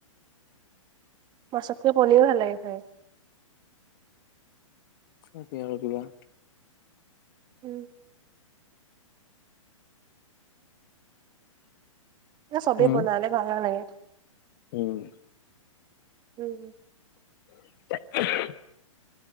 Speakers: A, on the right (about 25°); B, on the left (about 40°).
A: মাছতকৈ পনিৰে ভাল লাগে খায়।
B: বাকী আৰু কিবা?
A: উম। এ চবে
B: উম
A: বনালে ভাল নালাগে।
B: উম।
A: উম।
B: <inaudible>